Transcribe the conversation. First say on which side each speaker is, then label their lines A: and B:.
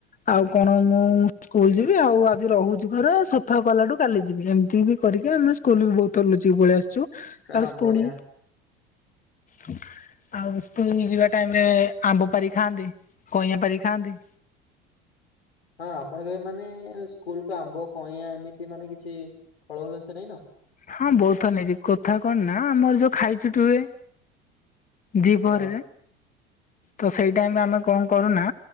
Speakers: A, on the left; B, on the left.
A: ଆଉ କଣ ମୁଁ ସ୍କୁଲ ଯିବି ଆଉ ଆଜି ରହୁଛି ଘରେ ସଫା କଲାଠୁ କାଲି ଯିବି। ଏମିତି ବି କରିକି ଆମେ ସ୍କୁଲ ବି ବହୁତ ଥର ନୁଚିକି ପଳେଇଆସୁ। ଛୁ
B: ହଁ
A: ତା ସ୍କୁଲ
B: ବଢିଆ।
A: ହ। ଆଉ ସ୍କୁଲ ଯିବା ଟାଇମରେ-ଏ-ଏ ଆମ୍ବ ପାରି ଖାଆନ୍ତି କଇଁଆ ପାରି ଖାଆନ୍ତି।
B: ହଁ ଆପଣଙ୍କ ମାନେ-ଏ-ଏ-ଏ ସ୍କୁଲ କୁ ଆମ୍ବ କଇଁଆ ଏମିତି ମାନେ କିଛି ଫଳୂଳ ଜିନିଷ ନେଇନ।
A: ହଁ ବହୁତ ଥର ନେଇଛି କଥା କଣ ନା ଆମର ଯୋଉ ଖାଇଛୁଟି ହୁଏ ଦିପରେ
B: ହଁ।
A: ତ ସେଇ ଟାଇମରେ ଆମେ କଣ କରୁନା